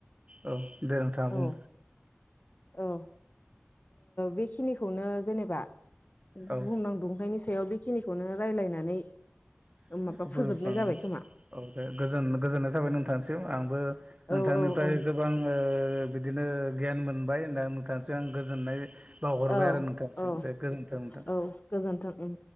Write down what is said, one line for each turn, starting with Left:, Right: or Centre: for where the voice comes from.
Right: औ दे नोंथांआ
Left: औ
Right: बुं
Left: औ बेखिनि खौनो जेनेबा
Right: औ
Left: बुंहुमनां दुंथायनि सायाव बे खिनिखौनो रायलायनानै
Right: <unintelligible>
Left: माबा फोजोबनाय जाबाय खोमा
Right: औ दे गोजोननाय थाबाय नोंथांसिम आंबो नोंथांनिफ्राय
Left: औ औ
Right: गोबां बिदि बिदिनो गियान मोनबाय दा आं गोजोननाय बावहरबाय
Left: औ
Right: आरो नोंथांसिम
Left: औ
Right: दे गोजोनथों नोंथां
Left: औ गोजोन्थों उम।